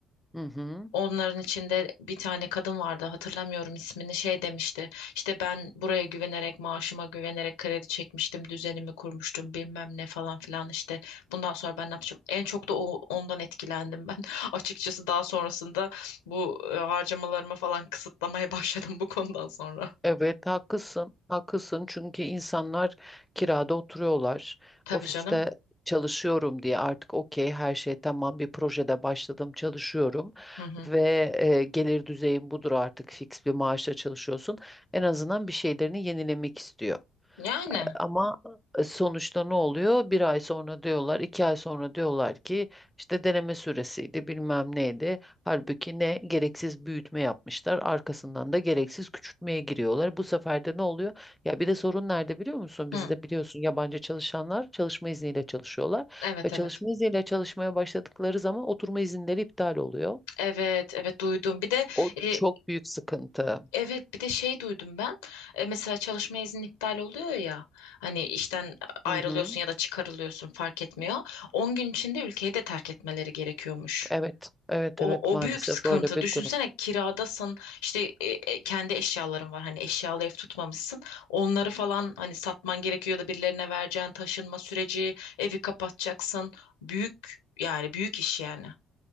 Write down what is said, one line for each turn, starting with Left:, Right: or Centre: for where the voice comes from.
Centre: Hı hı.
Left: Onların içinde bir tane kadın vardı hatırlamıyorum ismini şey demişti. İşte ben buraya güvenerek maaşıma güvenerek kredi çekmiştim düzenimi kurmuştum bilmem ne falan filan işte bundan sonra ben ne yapacağım. En çok da o, ondan etkilendim ben <laughs> açıkçası daha sonrasında bu e, harcamalarımı falan kısıtlamaya <laughs> başladım bu konudan sonra.
Centre: Evet haklısın. Haklısın çünkü insanlar kirada oturuyorlar.
Left: Tabii
Centre: Ofiste
Left: canım.
Centre: çalışıyorum diye artık okey her şey tamam bir projede başladım çalışıyorum
Left: Hı hı.
Centre: ve e, gelir düzeyim budur artık fix bir maaşla çalışıyorsun. En azından bir şeylerini yenilemek istiyor.
Left: Yani.
Centre: Ama e, sonuçta ne oluyor? Bir ay sonra diyorlar, iki ay sonra diyorlar ki işte deneme süresiydi, bilmem neydi. Halbuki ne gereksiz büyütme yapmışlar, arkasından da gereksiz küçültmeye giriyorlar. Bu sefer de ne oluyor? Ya bir de sorun nerede biliyor musun?
Left: Hı.
Centre: Bizde biliyorsun yabancı çalışanlar çalışma izniyle çalışıyorlar
Left: Evet
Centre: ve çalışma
Left: evet.
Centre: izniyle çalışmaya başladıkları zaman oturma izinleri iptal oluyor.
Left: Evet evet duydum. Bir de
Centre: O
Left: e,
Centre: çok büyük sıkıntı.
Left: evet bir de şey duydum ben. E, mesela çalışma izni iptal oluyor ya. Hani işten ayrılıyorsun
Centre: Hı hı.
Left: ya da çıkarılıyorsun fark etmiyor. 10 gün içinde ülkeyi de terk etmeleri gerekiyormuş.
Centre: Evet, evet,
Left: O,
Centre: evet
Left: o
Centre: maalesef
Left: büyük sıkıntı.
Centre: öyle bir
Left: Düşünsene
Centre: durum.
Left: kiradasın işte e, e, kendi eşyaların var hani eşyalı ev tutmamışsın. Onları falan hani satman gerekiyor ya da birilerine vereceğin taşınma süreci evi kapatacaksın. Büyük yani büyük iş yani.